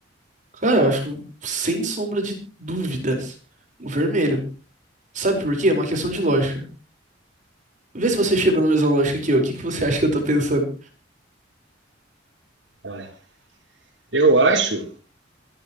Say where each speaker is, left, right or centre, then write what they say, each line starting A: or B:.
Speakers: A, on the right; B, on the right.
A: Cara, eu acho que, sem sombra de dúvidas, o vermelho. Sabe por quê? É uma questão de lógica. Vê se você chegou na mesma lógica que eu. O que que você acha que eu tô pensando?
B: Vai. Eu acho